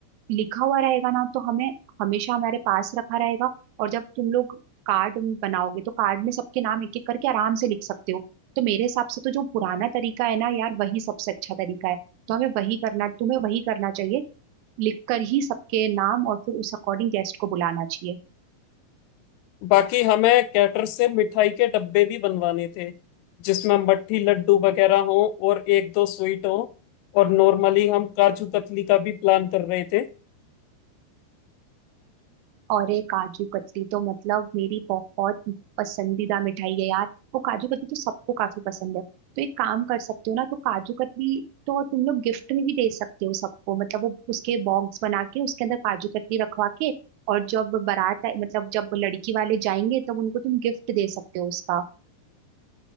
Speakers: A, on the right (about 45°); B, on the left (about 45°).
A: लिखा हुआ रहेगा ना तो हमें हमेशा हमारे पास रखा रहेगा और जब तुम लोग कार्ड बनाओगे तो कार्ड में सबके नाम एक एक करके आराम से लिख सकते हो तो मेरे हिसाब से तो जो पुराना तरीका है ना यार वही सबसे अच्छा तरीका है तो हमें वही करना तुम्हें वही करना चाहिए लिखकर ही सबके नाम और फिर उस अकॉर्डिंग गेस्ट को बुलाना चाहिए
B: बाकी हमें कैटर से मिठाई के डब्बे भी बनवाने थे जिसमें मट्ठी लड्डू वगैरह हो और एक दो स्वीट हो और नॉर्मली हम काजू कतली का भी प्लान कर रहे थे
A: और एक काजू कतली तो मतलब मेरी बहुत पसंदीदा मिठाई है यार वो काजू कतली तो सबको काफी पसंद है तो एक काम कर सकते हो ना तो काजू कतली तो तुम लोग गिफ्ट में भी दे सकते हो सबको मतलब वो उसके बॉक्स बना के उसके अंदर काजू कतली रखवा के और जब बारात आए- मतलब जब लड़की वाले जाएंगे तब उनको तुम गिफ्ट दे सकते हो उसका